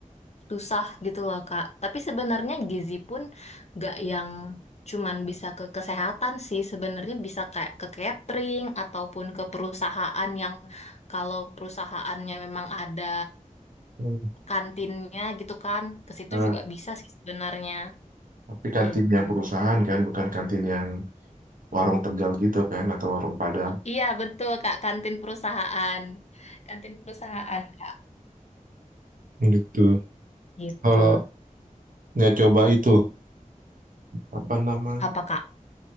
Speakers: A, on the left (about 55°); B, on the right (about 90°).
A: susah gitu loh Kak. Tapi sebenarnya gizi pun gak yang cuman bisa ke kesehatan sih, sebenarnya bisa kayak ke catering ataupun ke perusahaan yang kalau perusahaannya memang ada
B: mm.
A: kantinnya gitu kan, ke situ
B: Nah,
A: juga bisa sih sebenarnya.
B: tapi kantin
A: Itu.
B: yang perusahaan kan, bukan kantin yang warung Tegal gitu kan, atau warung Padang.
A: Iya, betul Kak, kantin perusahaan. Kantin perusahaan Kak.
B: gitu
A: Gitu.
B: kalau nggak coba itu apa nama
A: Apa Kak?